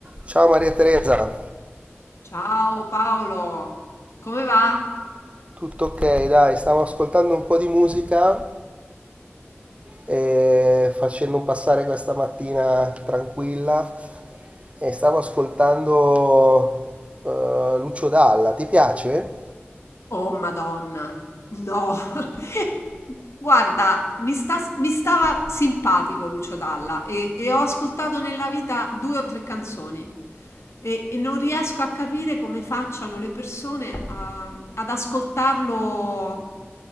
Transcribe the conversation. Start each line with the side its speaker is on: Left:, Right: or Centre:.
Right: Ciao Maria Teresa,
Left: Ciao Paolo, come va?
Right: tutto ok? Dai, stavo ascoltando un po' di musica e facendo passare questa mattina tranquilla e stavo ascoltando eh, Lucio Dalla, ti piace?
Left: Oh Madonna, no. <laughs> Guarda, mi sta- mi stava simpatico Lucio Dalla e, e ho ascoltato nella vita due o tre canzoni e, e non riesco a capire come facciano le persone a- ad ascoltarlo